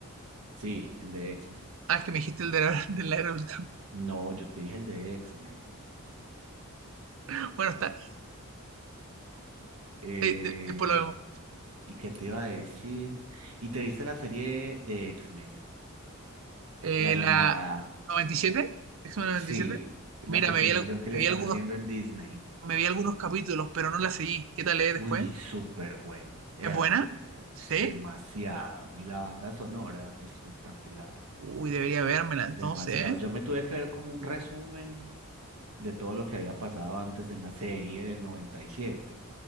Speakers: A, on the right; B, on the right.
A: Sí, el de X-Men.
B: Ah, es que me dijiste el de la, <laughs> de la Era de Ultron.
A: No, yo te dije el de X-Men.
B: <laughs> Bueno, está.
A: Eh,
B: eh, de- después lo vemos.
A: ¿y qué te iba a decir? ¿Y te viste la serie de X-Men?
B: Eh,
A: La animada.
B: la 97, X-Men 97.
A: Sí, la
B: Mira,
A: continuación
B: me vi, al-
A: que
B: me
A: le
B: vi
A: están
B: algunos,
A: haciendo en Disney.
B: me vi algunos capítulos, pero no la seguí. ¿Qué tal es después?
A: Uy, súper buena. Eh,
B: ¿Es
A: Ave
B: buena?
A: María,
B: ¿Sí?
A: es demasiado. Y la banda sonora, espectacular.
B: Uy, debería vérmela entonces,
A: Demasiado.
B: ¿eh?
A: Yo me tuve que ver como un resumen de todo lo que había pasado antes en la serie del noventa y siete